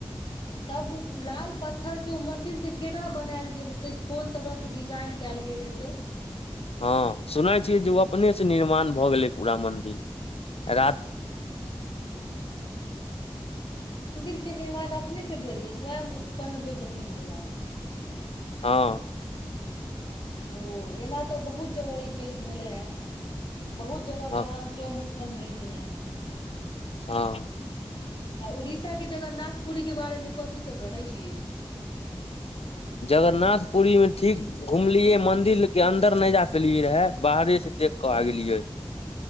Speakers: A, on the left; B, on the left.
A: तब लाल पत्थरसे ओ मंदिरके केना बनायल गेल हेतै कोन तरह। जे डिजाइन कैल गेल हेतै।
B: हँ, सुनै छियै जे ओ अपनेसे निर्माण भऽ गेलै पूरा मंन्दिर रति।
A: मंन्दिरके निर्माण अपनेसे भेल छै, स्वयं उत्पन्न भेल छथिन भगवान।
B: हँ।
A: ओ एना तऽ बहुत जगह ई, केस भेले हे बहुत जगह
B: हँ
A: भगवानसे मु प्रकट भेलखिन हँ।
B: हँ।
A: आ उड़ीसाके जगन्नाथ पुरीके बारेमे कथी सभ जनै छीयै।
B: जगरनाथ पुर मे ठीक। घुमलियए मंदिरके अन्दर नहि जा पेलियए रहे बाहरेसे देखके आ गेलियै।